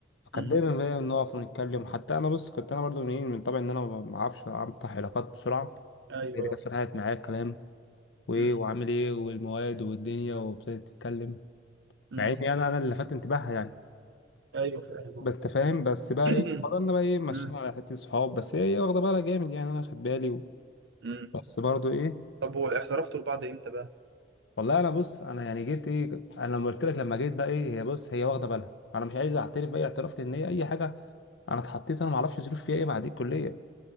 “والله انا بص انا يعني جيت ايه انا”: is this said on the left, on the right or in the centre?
Left